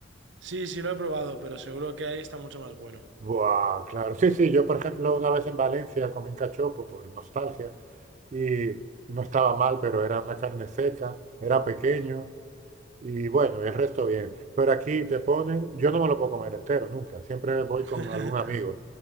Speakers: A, on the right; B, on the right.
A: Sí, sí lo he probado, pero seguro que ahí está mucho más bueno.
B: Buah, claro. Sí, sí, yo por ejemplo una vez en Valencia comí un cachopo por nostalgia y no estaba mal, pero era una carne seca, era pequeño y bueno, y el resto bien. Pero aquí te ponen, yo no me lo puedo comer entero nunca, siempre voy
A: <laughs>
B: con algún amigo